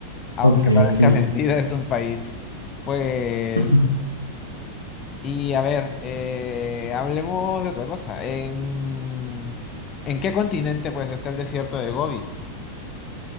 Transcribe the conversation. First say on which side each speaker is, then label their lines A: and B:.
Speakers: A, on the left; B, on the left.
A: aunque
B: Ok,
A: parezca
B: ok.
A: <laughs> mentira, es un país. Pues,
B: <laughs>
A: y a ver, eh, hablemos de otra cosa. ¿En... ¿En qué continente pues está el desierto de Gobi?